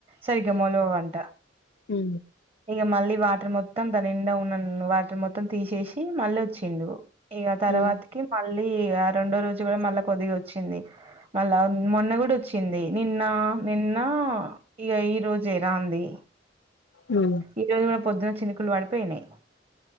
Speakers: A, on the right (about 35°); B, on the left (about 70°).
A: సరిగ్గా మోలువంట
B: ఉ
A: ఇగా మళ్ళీ వాటర్ మొత్తం దని నిండా ఉన్న వాటర్ మొత్తం తీసేసి మళ్ళీ ఓచ్చిండు ఇగా తర్వాతకి
B: ఉమ్
A: మళ్ళీ ఇగా రెండో రోజు కూడా మళ్ళా కొద్దిగా వచ్చింది. మళ్ళా మొన్న కూడా వచ్చింది. నిన్న నిన్న ఇగా ఈ రోజె రాంది
B: ఉ
A: ఈ రోజు పొద్దున చిన్నకులు వాడిపోయినాయి